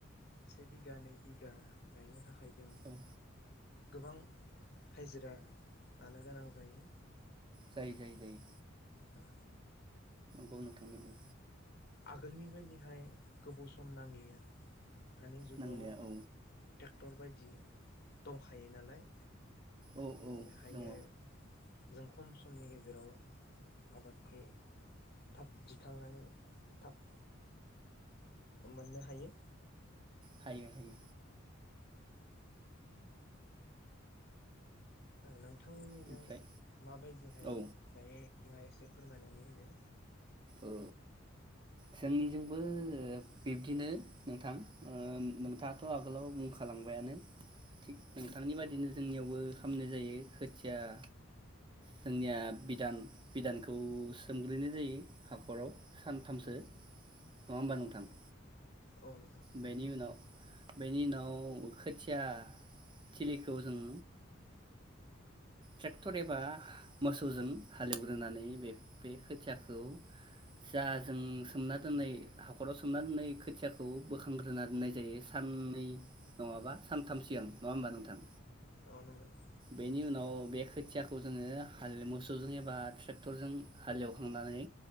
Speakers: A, on the left; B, on the right.
A: से बिघा नै बिघा गायनो थाखा आइ जों
B: औ
A: गोबां हाजिरा लानो गोनां जायो।
B: जायो जायो जायो
A: दा
B: औ नोथां नंगौ
A: आगोलनि बायदिहाय गोबाव सम नांलिया दानि जुगाव
B: नांलाया
A: टक
B: औ
A: टेक्टर बायदि दंखायो नालाय।
B: औ औ
A: बेखायनो
B: दङ
A: जों खम समनि गेजेराव आबादखौ थाब दिखांनानै थाब मोननो हायो।
B: हायो हायो
A: नों नोंथमोननिजों
B: ओमफ्राय
A: माबायदिहाय
B: औ
A: गायो थाङा एसे फोरमायनानै होदो।
B: औ जोंनिजोंबो बिब्दिनो नोंथां ओ नों थाथ' आगोलाव बुं खाला बायानो थिग नोंथांनि बादिनो जोंनियावबो खालामनाय जायो खोथिया या जोंनिया बिदान बिदानखौ सोमग्रोननाय जायो हाख खराव सानथामसो। नङा होनबा नोंथां?
A: औ नोंथां
B: बेनि उनाव बेनि उनाव खोथिया थिलिखौ जों ट्रेक टर एबा मोसौजों हालेवग्रोनानै बे बे खोथियाखौ जा जों सोमना दोननाय हाख'राव सोमना दोननाय खोथियाखौ बोखां ग्रोना दोननाय जायो सान नै नङाबा सानथाम सिगां नङा होमबा नोंथां?
A: औ नंगौ नोंथां।
B: बेनि उनाव बे खोथियाखौ जोङो हाल मोसौजों एबा ट्रेक्टरजों हालेवखांनानै